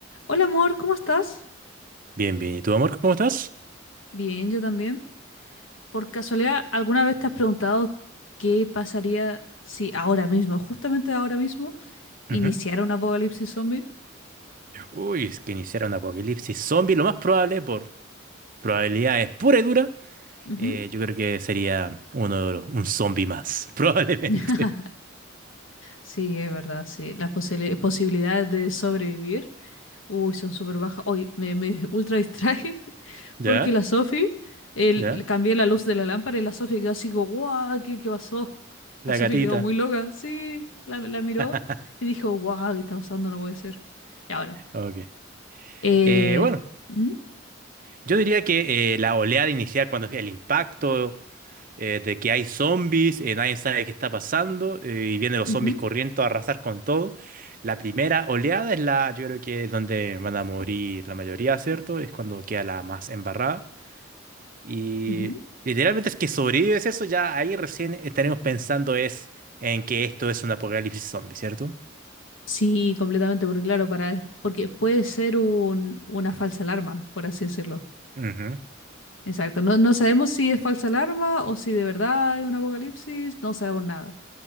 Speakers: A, on the left; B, on the right.
A: Hola amor, ¿cómo estás?
B: Bien, bien. ¿Y tu amor, cómo estás?
A: Bien, yo también. Por casualidad, ¿alguna vez te has preguntado qué pasaría si ahora mismo, justamente ahora mismo, iniciara
B: Ujú.
A: un apocalipsis zombie?
B: Uy, es que iniciar un apocalipsis zombie, lo más probable, por probabilidades pura y dura,
A: Ujú.
B: eh, yo creo que sería uno de los- un zombie más, <laughs> probablemente.
A: <laughs> Sí, es verdad, sí. Las posibili- posibilidades de sobrevivir, uy, son súper bajas. Hoy me, me <laughs> ultra distraje <laughs>
B: ¿Ya?
A: porque la Sofi, el,
B: ¿Ya?
A: le cambié la luz de la lámpara y la Sofi quedó así como, guau, ¿qué, qué pasó? <laughs>
B: La
A: La Sofi
B: gatita.
A: quedó muy loca, sí, la, la miró
B: <laughs>
A: y dijo, guau, ¿qué está pasando? No puede ser. Ya bueno.
B: Ok.
A: Eh,
B: Eh, bueno,
A: Ujú,
B: yo diría que eh, la oleada inicial, cuando el impacto. eh, de que hay zombies, eh, nadie sabe qué está pasando, eh, y vienen los
A: ujú,
B: zombies corriendo a arrasar con todo. La primera oleada es la, yo creo que es donde van a morir la mayoría, ¿cierto? Es cuando queda la más embarrada. Y
A: ujú.
B: literalmente es que sobrevives eso, ya ahí recién estaremos pensando es en que esto es un apocalipsis zombie, ¿cierto?
A: sí, completamente, porque claro, para, porque puede ser un, una falsa alarma, por así decirlo.
B: Ujú,
A: Exacto. No, no sabemos si es falsa alarma o si de verdad es un apocalipsis, no sabemos nada.